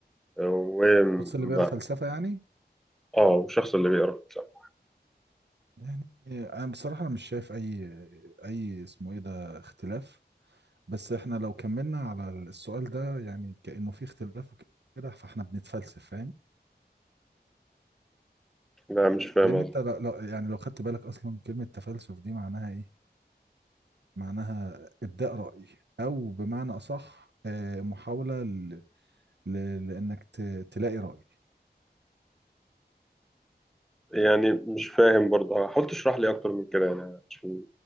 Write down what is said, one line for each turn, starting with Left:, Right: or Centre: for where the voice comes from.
Centre: وما
Right: الشخص اللي بيقرا فلسفة يعني
Centre: اه والشخص اللي بيقرا فلسفة
Right: يعني انا بصراحة انا مش شايف اي اي اسمه ايه ده اختلاف بس احنا لو كملنا على السؤال ده يعني كأنه في اختلاف كده فاحنا بنتفلسف فاهم
Centre: لا مش فاهم
Right: لان
Centre: قصدي
Right: انت لو لو- يعني لو خدت بالك اصلا كلمة تفلسف دي معناها ايه معناها ابداء رأي او بمعنى اصح آه، محاولة ل... ل... لانك ت... تلاقي رأي
Centre: يعني مش فاهم برضه حاول تشرح لي اكتر من كده يعني عشان